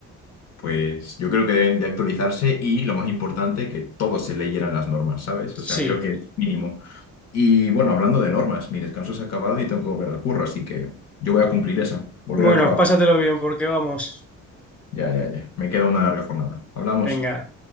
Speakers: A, on the left; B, in the centre.
A: Pues yo creo que deben de actualizarse y lo más importante, que todos se leyeran las normas, ¿sabes? O sea,
B: Sí.
A: creo que es mínimo. Y bueno, hablando de normas, mi descanso se ha acabado y tengo que volver al curro, así que yo voy a cumplir esa, volver
B: Bueno,
A: al trabajo.
B: pásatelo bien porque vamos.
A: Ya, ya, ya. Me queda una larga jornada. Hablamos.
B: Venga.